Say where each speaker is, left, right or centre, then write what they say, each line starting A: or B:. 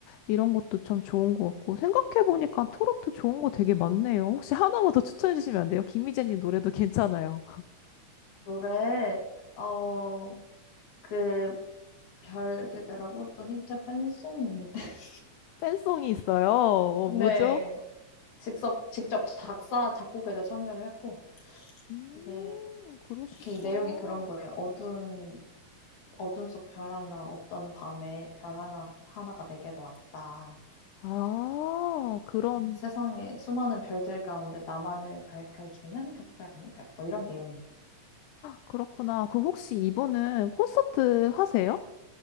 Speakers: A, on the left; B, on the left.
A: 이런 것도 참 좋은 것 같고 생각해보니까 트로트 좋은 거 되게 많네요. 혹시 하나만 더 추천해주시면 안 돼요? 김희재님 노래도 괜찮아요.
B: 노래, 어, 그, 별 그대라고 또 흰자 팬송인데. <laughs>
A: 팬송이 있어요. 어, 뭐죠?
B: 네. 직접, 직접 작사, 작곡에도 참여를 했고.
A: 음,
B: 그게
A: 그러시구나.
B: 그 내용이 그런 거예요. 어두운, 어둠 속 별 하나 없던 밤에 별 하나, 하나가 내게로 왔다.
A: 아, 그런,
B: 세상에 수많은 별들 가운데 나만을 밝혀주는 그때라는 별. 뭐 이런 내용이.
A: 그렇구나. 그 혹시 이분은 콘서트 하세요?